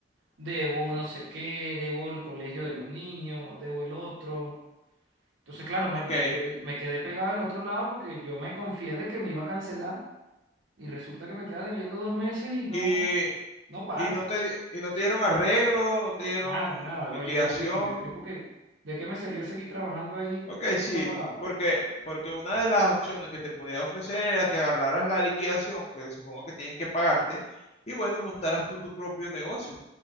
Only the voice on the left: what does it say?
Ok.
Y
Y no te, di- y no te dieron arreglo, no te dieron
liquidación.
Ok, sí,
porque, porque una de las opciones que te podía ofrecer era que agarraras la liquidación, que supongo que tienen que pagarte, y bueno, montaras tú tu propio negocio.